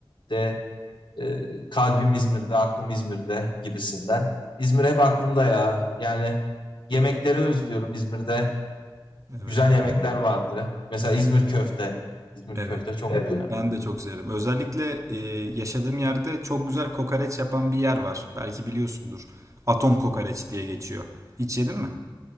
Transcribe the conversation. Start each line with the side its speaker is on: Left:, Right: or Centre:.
Left: De e, kalbim İzmir'de, aklım İzmir'de gibisinden. İzmir hep aklımda ya. Yani yemekleri özlüyorum İzmir'de.
Right: Evet,
Left: Güzel yemekler Evet. vardı. Mesela İzmir köfte. İzmir
Right: evet.
Left: köfte çok Evet.
Right: Evet,
Left: güzel.
Right: ben de çok severim. Özellikle e, yaşadığım yerde çok güzel kokoreç yapan bir yer var. Belki biliyorsundur. Atom kokoreç diye geçiyor. Hiç yedin mi?